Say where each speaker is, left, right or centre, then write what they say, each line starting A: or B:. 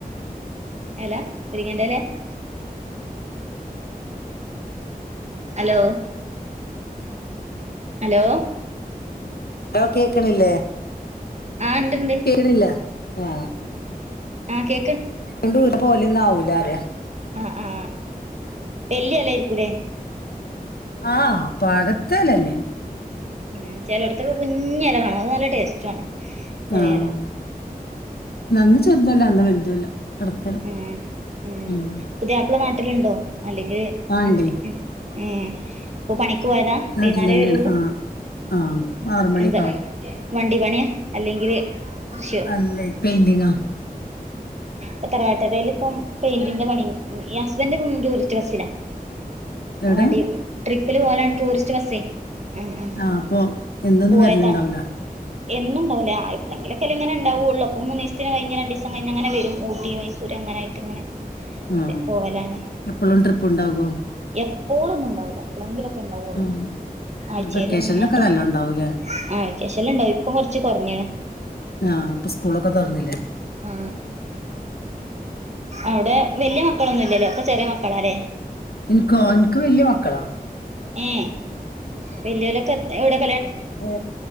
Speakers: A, on the right; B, on the left.
A: എല മുര്ങ്ങന്റെലെ ഹലോ ഹലോ
B: ലോ കേക്കണില്ലേ
A: ആ ഇണ്ട്ണ്ട്
B: കേക്ക്ണില്ല ആ
A: ആ കേ
B: <unintelligible> പോലെന്നാവൂലറ
A: ആ ആ വെല്ല്യ എലേര്ക്കുലേ
B: ആ പാകത്തലന്നെ
A: മ് ചെലൊട്ത്തൊക്കെ കുഞ്ഞല കാണും അത് നല്ല ടേസ്റ്റ് ആണ് ചെറിയേല
B: ആഹ് നന്ന് ചെറുതല്ല അന്ന് വലുതുമല്ല ഇടത്തരം
A: മ് മ്
B: ഉം
A: പുതിയാപ്പള നാട്ടില്ണ്ടോ അല്ലെങ്കില്
B: ആണ്ടേ
A: <unintelligible> ഉം പ്പ പണി ക്ക് പോയതാ
B: നാട്ടിൽ
A: വൈന്നേരേ
B: തന്നെയാണ്
A: വരുള്ളൂ
B: ആഹ് ആഹ് ആറ് മണിയൊക്കെ
A: എന്ത
B: ആവും
A: വണ്ടി പണിയ അല്ലെങ്കില് കൃഷിയോ
B: അല്ലെ പെയിന്റിങ്ങ
A: പ്പ തറവാട്ടെരേല് പ്പം പെയിന്റിന്റെ പണി ഹസ്ബന്റ്പ്പൊ ടൂറിറ്റ് ബസില ഓ
B: എവിടെ
A: വണ്ടി ട്രിപ്പില് പോലാണ് ടൂറിസ്റ്റ് ബസ്സേ ആ അ
B: ആഹ് അപ്പൊ എന്നൊന്നും
A: പോയതാണ്
B: വരലുണ്ടാവൂല
A: എന്നുംണ്ടാവുല ആയപ്പഴളെങ്കിലൊക്കെങ്ങെനെണ്ടാവൊള്ളൂ അപ്പ മൂന്നീസത്തിന് കയ്ഞ്ഞ രണ്ടിസം കഴിഞ്ഞങ്ങനെ വരും ഊ ട്ടി മൈസൂര് അങ്ങനൊയിട്ട്ങ്ങനെ
B: ആഹ്
A: പോവലാണ്
B: എപ്പഴും ട്രിപ്പ് ഉണ്ടാവോ
A: എ പോളൊന്നും ഉണ്ടാവുല പ്പളെങ്കിലൊക്കെണ്ടാവുള്ളു
B: ആഹ്
A: ആഴ്ചയിലും
B: വെക്കേഷനിലൊക്കെ
A: മൂന്നാട്ടൊക്കെ
B: നല്ലോം ഉണ്ടാവൂലേ
A: ആഴ്ച്ചശല്ലണ്ടാവും ഇപ്പൊ കൊറച്ച് കൊറ്ഞ്ഞ്ണ്
B: ആ പ്പൊ സ്കൂളൊക്കെ തൊർന്നിലെ
A: ആ അവിടെ വല്ല്യ മക്കളൊന്നുല്ലല്ലേ ഒക്കെ ചെറിയ മക്കളാലെ
B: ൻക്കോ ൻക്ക് വല്ല്യ മക്കളാ
A: ഏ വെല്ല്യോലൊക്കെ എത് എവ്ടെ
B: ഏ